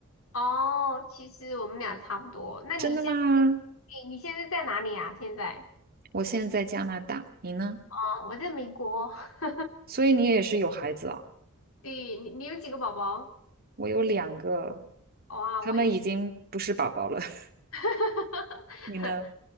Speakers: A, on the left (about 70°); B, on the right (about 45°).
A: 哦哦，其实我们俩差不多。那你现在，
B: 真的吗？
A: 你你现在在哪里啊？现在？
B: 我现在在加拿大，你呢？
A: 哦，我在美国。<laughs>
B: 所以你也是有孩子啊？
A: 对，你你有几个宝宝？
B: 我有两个，
A: 哇，
B: 他们已经不是宝宝了。
A: 我也是，
B: <laughs>
A: <laughs>
B: 你呢？